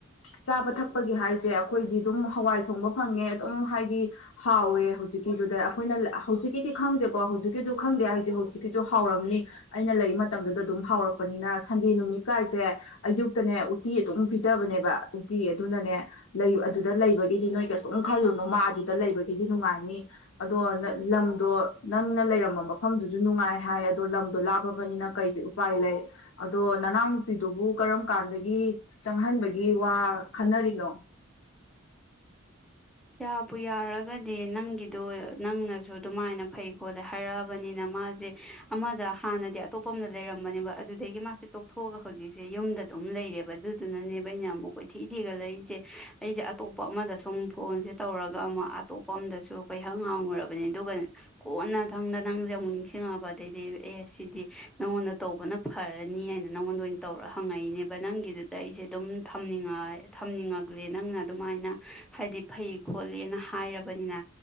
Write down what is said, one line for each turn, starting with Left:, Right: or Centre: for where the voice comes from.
Left: ꯆꯥꯕ ꯊꯛꯄꯒꯤ ꯍꯥꯏꯁꯦ ꯑꯩꯈꯣꯏꯗꯤ ꯑꯗꯨꯝ ꯍꯋꯥꯏ ꯊꯣꯡꯕ ꯐꯪꯉꯦ ꯑꯗꯨꯝ ꯍꯥꯏꯗꯤ ꯍꯥꯎꯋꯦ ꯍꯧꯖꯤꯛꯀꯤꯗꯨꯗ ꯑꯩꯈꯣꯏꯅ ꯍꯧꯖꯤꯛꯀꯤꯗꯤ ꯈꯪꯗꯦꯀꯣ ꯍꯧꯖꯤꯛꯀꯤꯗꯨ ꯈꯪꯗꯦ ꯍꯥꯏꯁꯦ ꯍꯧꯖꯤ ꯍꯧꯖꯤꯛꯀꯤꯁꯨ ꯍꯥꯎꯔꯝꯅꯤ ꯑꯩꯅ ꯂꯩ ꯃꯇꯝꯗꯨꯗ ꯑꯗꯨꯝ ꯍꯥꯎꯔꯛꯄꯅꯤꯅ ꯁꯟꯗꯦ ꯅꯨꯃꯤꯠ ꯀꯥꯏꯁꯦ ꯑꯌꯨꯛꯇꯅꯦ ꯎꯇꯤ ꯑꯗꯨꯝ ꯄꯤꯖꯕꯅꯦꯕ ꯎꯇꯤ ꯑꯗꯨꯅꯅꯦ ꯂꯩ ꯑꯗꯨꯗ ꯂꯩꯕꯒꯤꯗꯤ ꯅꯣꯏ ꯀꯩꯁꯨꯝ ꯈꯜꯂꯨꯅꯨ ꯃꯥ ꯑꯗꯨꯗ ꯂꯩꯕꯒꯤꯗꯤ ꯅꯨꯡꯉꯥꯏꯅꯤ ꯑꯗꯣ ꯂꯝꯗꯣ ꯅꯪꯅ ꯂꯩꯔꯝꯕ ꯃꯐꯝꯗꯨꯁꯨ ꯨ ꯅꯨꯡꯉꯥꯏ ꯍꯥꯏ ꯑꯗꯣ ꯂꯝꯗꯣ ꯂꯥꯞꯄꯕꯅꯤꯅ ꯀꯩꯗꯤ ꯎꯄꯥꯏ ꯂꯩ ꯑꯗꯣ ꯅꯅꯥꯎ ꯅꯨꯄꯤꯗꯨꯕꯨ ꯀꯔꯝ ꯀꯥꯟꯗꯒꯤ ꯆꯪꯍꯟꯕꯒꯤ ꯋꯥ ꯈꯟꯅꯔꯤꯅꯣ
Centre: ꯌꯥꯕꯨ ꯌꯥꯔꯒꯗꯤ ꯅꯪꯒꯤꯗꯣ ꯅꯪꯅꯁꯨ ꯑꯗꯨꯃꯥꯏꯅ ꯐꯩ ꯈꯣꯠꯂꯦ ꯍꯥꯏꯔꯛꯑꯕꯅꯤꯅ ꯃꯥꯁꯦ ꯑꯃꯗ ꯍꯥꯟꯅꯗꯤ ꯑꯇꯣꯞꯄ ꯑꯃꯗ ꯂꯩꯔꯝꯕꯅꯦꯕ ꯑꯗꯨꯗꯒꯤ ꯃꯥꯁꯦ ꯇꯣꯛꯊꯣꯛꯑꯒ ꯍꯧꯖꯤꯛꯁꯦ ꯌꯨꯝꯗ ꯑꯗꯨꯝ ꯂꯩꯔꯦꯕ ꯑꯗꯨꯗꯨꯅꯅꯦꯕ ꯑꯩꯅ ꯑꯃꯨꯛꯀꯣꯏ ꯊꯤ ꯊꯤꯔ ꯂꯩꯔꯤꯁꯦ ꯑꯩꯁꯦ ꯑꯇꯣꯞ ꯑꯇꯞꯄ ꯑꯃꯗ ꯁꯨꯝ ꯐꯣꯟꯁꯦ ꯇꯧꯔꯒ ꯑꯃꯨꯛ ꯑꯇꯣꯞꯄ ꯑꯃꯗꯁꯨ ꯑꯩꯈꯣꯏꯍꯪ ꯉꯥꯡꯉꯨꯔꯕꯅꯤ ꯑꯗꯨꯒ ꯀꯣꯟꯅ ꯊꯪꯅ ꯅꯪꯁꯦ ꯑꯃꯨꯛ ꯅꯤꯡꯁꯤꯡꯉꯕ ꯑꯗꯩꯗꯤ ꯑꯦ ꯁꯤꯗꯤ ꯅꯪꯉꯣꯟꯗ ꯇꯧꯕꯅ ꯐꯔꯅꯤ ꯍꯥꯏꯅ ꯅꯪꯉꯣꯟꯗ ꯑꯣꯏꯅ ꯇꯧꯔ ꯍꯪꯉꯛꯏꯅꯦꯕ ꯅꯪꯒꯤꯗꯨꯗ ꯑꯩꯁꯦ ꯑꯗꯨꯝꯅꯤꯡꯉ ꯊꯝꯅꯤꯡꯉꯛꯂꯦ ꯅꯪꯅ ꯑꯗꯨꯃꯥꯏꯅ ꯍꯥꯏꯗꯤ ꯐꯩ ꯈꯣꯠꯂꯦꯅ ꯍꯥꯏꯔꯕꯅꯤꯅ